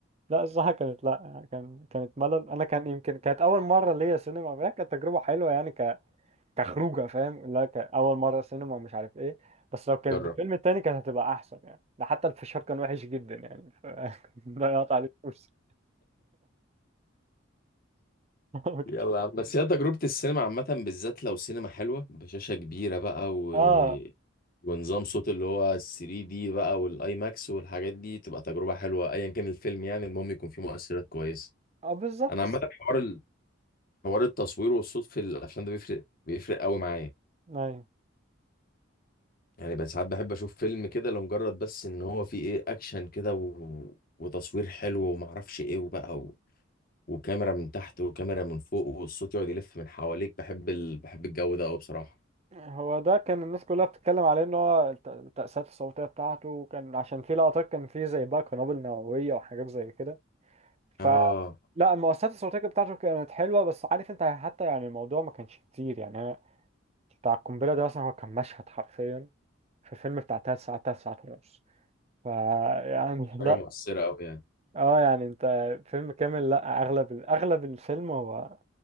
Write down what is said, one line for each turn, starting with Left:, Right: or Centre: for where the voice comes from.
Right: لا الصراحة كانت لا كان كانت ملل أنا كان يمكن كانت أول مرة ليا سينما فهي كانت تجربة حلوة يعني ك... كخروجة فاهم لا كأول مرة سينما مش عارف إيه بس لو كانت
Left: جرب
Right: بالفيلم التاني كانت هتبقى أحسن يعني ده حتى الفشار كان وحش جدا يعني ف... <laughs> ضيعت عليه فلوس <laughs>
Left: يلا يا عم بس هي تجربة السينما عامة بالذات لو سينما حلوة بشاشة كبيرة بقى و...
Right: آه
Left: ونظام صوت اللي هو 3 دي بقى والاي ماكس والحاجات دي تبقى تجربة حلوة ايا كان الفيلم يعني المهم يكون فيه مؤثرات كويسة
Right: آه بالظبط
Left: انا عامة حوار ال... حوار التصوير والصوت في الافلام ده بيفرق بيفرق قوي معايا
Right: أيوه
Left: يعني بس ساعات بحب اشوف فيلم كده لمجرد بس ان هو فيه ايه اكشن كده و... وتصوير حلو ومعرفش ايه وبقى و... وكاميرا من تحت وكاميرا من فوق والصوت يقعد يلف من حواليك بحب ال... بحب الجو ده قوي بصراحة
Right: هو ده كان الناس كلها بتتكلم عليه إن هو الت- التأثيرات الصوتية بتاعته كان عشان في لقطات كان فيه زي بقى قنابل نووية وحاجات زي كده ف
Left: اه
Right: لا المؤثرات الصوتية بتاعته كانت حلوة بس عارف انت حتى يعني الموضوع ما كانش كتير يعني انا بتاع القنبلة ده مثلا هو كان مشهد حرفيا في فيلم بتاع تلات ساعات تلات ساعات ونص ف يعني <laughs>
Left: حاجة
Right: لا
Left: مؤثرة أوي يعني
Right: اه يعني انت فيلم كامل لا اغلب اغلب الفيلم هو